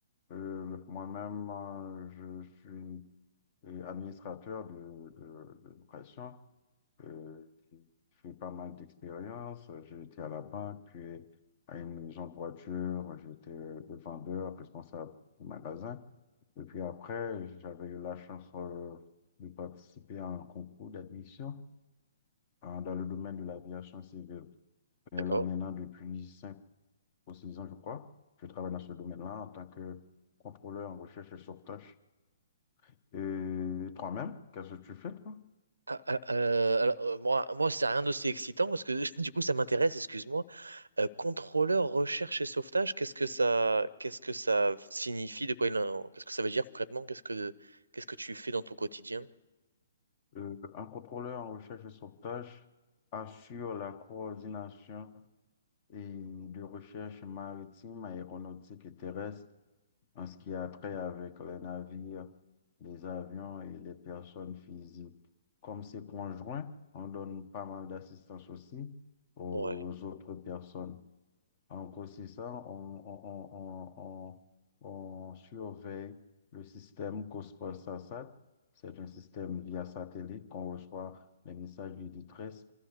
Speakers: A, on the left (about 40°); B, on the right (about 70°).
A: Euh, moi-même, euh, je suis euh, administrateur de, de, de location. Euh, j'ai fait pas mal d'expériences. J'ai été à la banque, puis à une maison de voiture. J'étais le vendeur, responsable du magasin. Et puis après, j'avais eu la chance euh, de participer à un concours d'admission euh, dans le domaine de l'aviation civile. Et là,
B: D'accord?
A: maintenant, depuis cinq pour six ans, je crois. Je travaille dans ce domaine-là en tant que contrôleur en recherche et sauvetage. Et toi-même, qu'est-ce que tu fais, toi?
B: Ah, ah, euh, alors, euh, moi, moi, c'est rien d'aussi excitant parce que <laughs> du coup, ça m'intéresse, excuse-moi. Euh, contrôleur recherche et sauvetage, qu'est-ce que ça, qu'est-ce que ça signifie, de quoi il en- qu'est-ce que ça veut dire concrètement, qu'est-ce que, qu'est-ce que tu fais dans ton quotidien?
A: Euh, un contrôleur en recherche et sauvetage assure la coordination et de recherche maritime, aéronautique et terrestre en ce qui a trait avec les navires, les avions et les personnes physiques. Comme c'est conjoint, on donne pas mal d'assistance aussi aux
B: Ouais,
A: autres personnes. En grossissant, on, on, on, on, on, on surveille le système Cosport-SASAT. C'est un système via satellite qu'on reçoit les messages du détresse